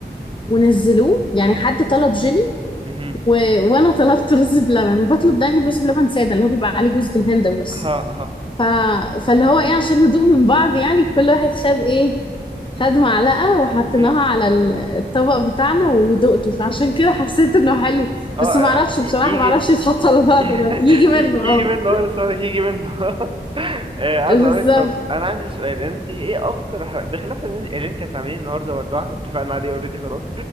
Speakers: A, on the left; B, on the right.
A: ونزلوه يعني حد طلب جيلي
B: مهم.
A: و... وانا طلبت رز بلبن وبطلب دايما رز بلبن ساده اللي هو بيبقى عليه جوز الهند بس
B: اها اها
A: ف... فاللي هو ايه عشان ندوق من بعض يعني كل واحد خد ايه خد معلقة وحطيناها
B: مم.
A: على ال- الطبق بتاعنا ودقته فعشان كده حسيت انه حلو
B: اه
A: بس ما اعرفش
B: آه، ي-
A: بصراحة
B: يجي
A: ما اعرفش
B: <laughs>
A: يتحط على بعض
B: ي-
A: ولا لا. يجي منه
B: يجي
A: اه
B: منه اه لسه هقولك يجي منه <laughs> آه، عايز
A: بالظبط
B: اقولك طب انا عندي سؤال انت ايه اكتر ح- بخلاف اللي اللي انت هتعمليه النهارده ولا احنا اتفقنا عليه اوريدي خلاص